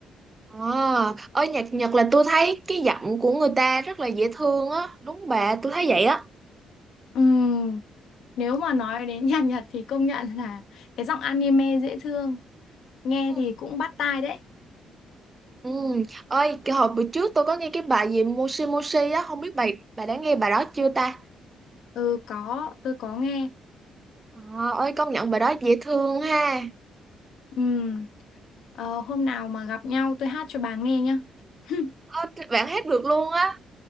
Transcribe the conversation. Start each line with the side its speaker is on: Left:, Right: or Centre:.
Right: À, ơi nhạc Nhật là tôi thấy cái giọng của người ta rất là dễ thương á. Đúng bà, tôi thấy vậy á.
Left: Ừm, nếu mà nói đến <laughs> nhạc Nhật thì công nhận là cái giọng anime dễ thương, nghe
Right: Ừ.
Left: thì cũng bắt tai đấy.
Right: Ừ. Ơi, cái hồi bữa trước tôi có nghe cái bài gì Moshi Moshi á, không biết bà bà đã nghe bài đó chưa ta?
Left: Ừ có, tôi có nghe.
Right: À, ơi công nhận bài đó dễ thương ha.
Left: Ừm, ờ, hôm nào mà gặp nhau tôi hát cho bà nghe nhá. <laughs>
Right: Ơ, bạn hát được luôn á,